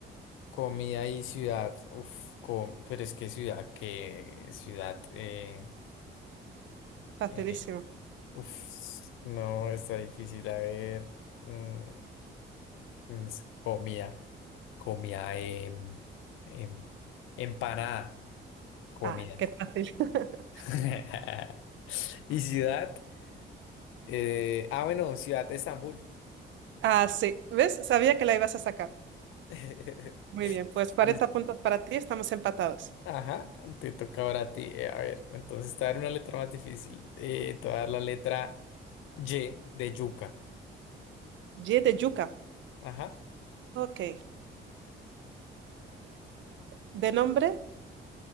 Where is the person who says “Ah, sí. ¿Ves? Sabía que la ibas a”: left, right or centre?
Right